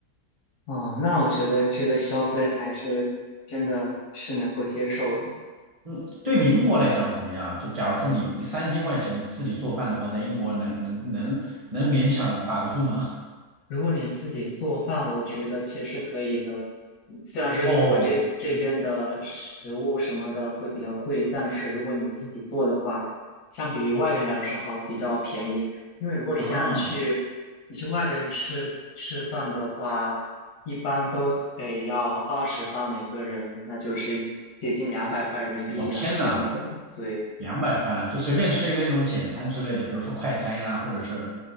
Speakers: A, on the left; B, on the right.
A: 哦，那我觉得这个消费还是真的是能够接受的。
B: 嗯，对比英国来讲怎么样？
A: 嗯。
B: 就假如说你三千块钱自己做饭的话，在英国能能能能勉强打得住吗？
A: 如果你自己做饭，我觉得其实可以的。虽然说英国这这边的食物什么的会比较贵，
B: 哦
A: 但是如果你自己做的话，相比于外边来说是好，比较便宜。因为如果你像你去你去外边吃吃饭的话，
B: <laughs>，啊，
A: 一般都得要二十磅每个人，那就是接近两百块人民币样这样子了。
B: 我天呐！
A: 对
B: 两百块就随便吃一个那种简餐之类的，比如说快餐呀，或者是，